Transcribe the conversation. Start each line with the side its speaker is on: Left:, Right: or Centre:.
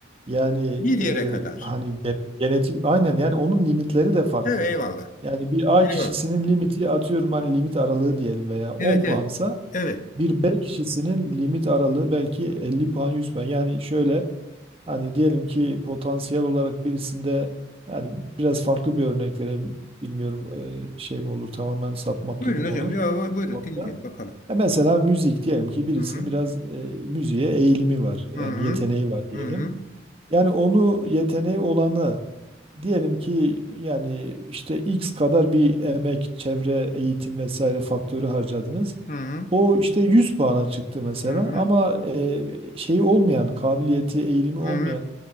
Right: yani
Left: Bir yere
Right: e,
Left: kadar.
Right: hani gen- genetik aynen yani onun limitleri de farklı.
Left: Evet eyvallah.
Right: Yani bir A
Left: Eyvallah.
Right: kişisinin limiti atıyorum hani limit aralığı diyelim veya 10
Left: Evet
Right: puansa
Left: evet. Evet.
Right: Bir bel kişisinin limit aralığı belki 50 puan 100 puan. Yani şöyle hani diyelim ki potansiyel olarak birisinde yani biraz farklı bir örnek vereyim. Bilmiyorum e, şey mi olur tamamen sapmak
Left: Buyurun
Right: gibi mi
Left: hocam.
Right: olur?
Left: Ya, buyurun
Right: oradan
Left: dinleyelim bakalım.
Right: E mesela müzik diyelim ki birisinin
Left: Hı hı.
Right: biraz e, müziğe eğilimi var. Yani
Left: Hı hı.
Right: yeteneği
Left: Efendim?
Right: var diyelim.
Left: Hı hı.
Right: Yani onu yeteneği olanı diyelim ki yani işte X kadar bir emek, çevre, eğitim vesaire faktörü harcadınız.
Left: Hı hı.
Right: O işte 100 puana çıktı mesela
Left: Hı hı. Hı hı.
Right: ama e, şeyi olmayan, kabiliyeti, eğilimi olmayan
Left: Hı hı.